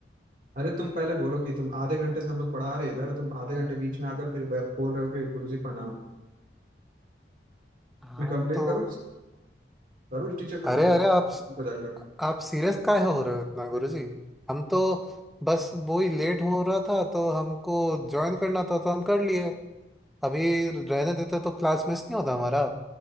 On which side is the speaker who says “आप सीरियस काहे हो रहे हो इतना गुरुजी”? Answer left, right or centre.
Centre